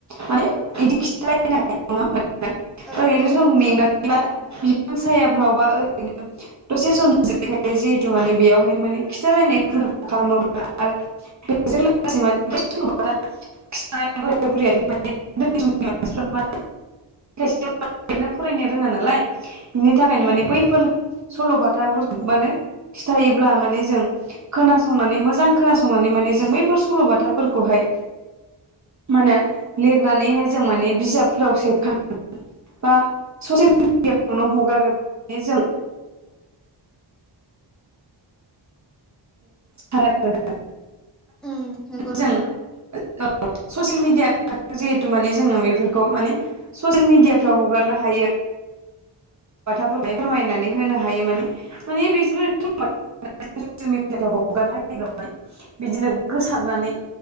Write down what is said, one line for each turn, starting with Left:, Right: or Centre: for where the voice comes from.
Right: माने इदि खि <unintelligible> नङा होमबा नोंथां
Centre: औ
Right: ओरैनो
Centre: औ
Right: जों मेंनानै
Centre: औ नंगौ
Right: बा
Centre: नोंथां
Right: बिफां सायाफ्रावबा ओरैनो दसे सम जिरायनानै जिहेथु माने बेयावहायनो माने खिथालायनाय हुदाफोर खालामोब्ला आरो बेजों लोगोसे माने <unintelligible> खायसे <unintelligible> फरायनो रोङा नालाय बिनि थाखायनो
Centre: उम
Right: माने बैफोर सल'बाथाफोरखौ माने खिथायोब्ला माने जों खोनासंनानै मोजां खोनासंनानै माने जों बैफोर सल'बाथाफोरखौहाय मा होनो लिरनानैहाय जों माने बिजाबफोराव सेबखां बा ससेल मिडियाफ्रावनो हगारोब्ला जों <unintelligible>
Centre: उम नंगौ नोंथां
Right: जों औ ससियेल मिडिया जिहेथु माने जोङो बेफोरखौ माने ससियेल मिडियाफ्रा हगारनो हायो बाथाफोर फोरमायनानै होनो हायो माने माने <unintelligible> दा ससियेल मिडियाफ्राव हगारना होयोब्ला माने बिदिनो गोसारनानै